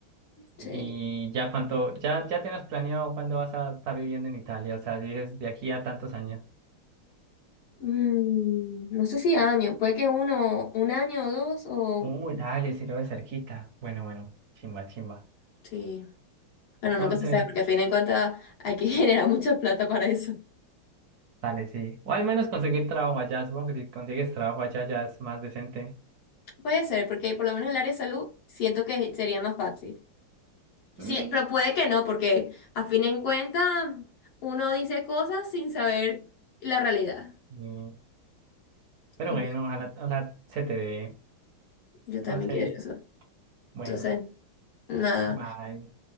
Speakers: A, on the left; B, on the right.
A: Sí.
B: Y ya cuánto, ya, ya tienes planeado cuándo vas a estar viviendo en Italia, o sea, dices de aquí a tantos años.
A: Mm, no sé si años, puede que uno, un año o dos o...
B: Uy, dale, si lo ves cerquita. Bueno, bueno, chimba, chimba.
A: Sí. Bueno,
B: Entonces...
A: nunca se sabe, porque a fin de cuentas hay que <laughs> generar mucha plata para eso.
B: Dale, sí. O al menos conseguir trabajo allá. Supongo que si consigues trabajo allá ya es más decente.
A: Puede ser, porque por lo menos el área de salud siento que sería más fácil. Sí,
B: Mm,
A: pero puede que no, porque a fin de cuentas uno dice cosas sin saber la realidad.
B: y- Pero
A: Yo
B: bueno, ojalá, ojalá se te dé.
A: yo también
B: Entonces,
A: quiero eso.
B: bueno,
A: Entonces, nada.
B: bye.